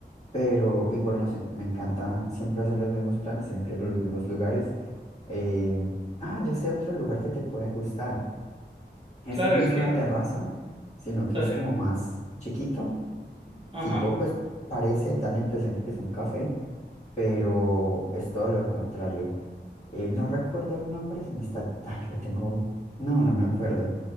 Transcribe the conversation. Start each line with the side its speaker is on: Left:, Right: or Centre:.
Left: pero igual no sé, me encanta siempre hacer los mismos planes, siempre ir a los mismos lugares. Eh, ah, ya sé otro lugar que te puede gustar. Este
Right: Claro,
Left: no
Right: es
Left: es
Right: que,
Left: una terraza, sino que
Right: dale.
Left: es como más chiquito,
Right: Ajá.
Left: tipo, pues parece, da la impresión de que es un café, pero es todo lo contrario. Eh, no recuerdo el nombre, se me está... Ay, lo tengo... No, no me acuerdo.